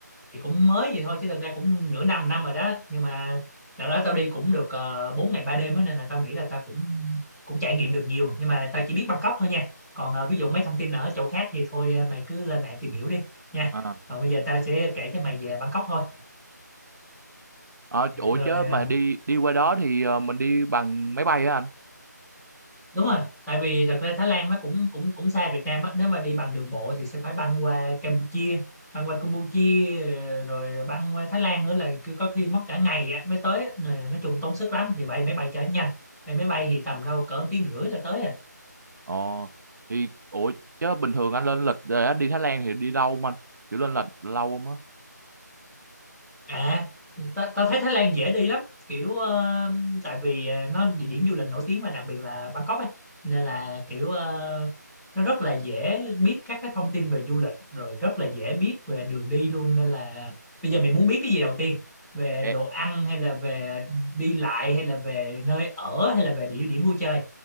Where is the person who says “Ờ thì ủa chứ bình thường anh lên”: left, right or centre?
Right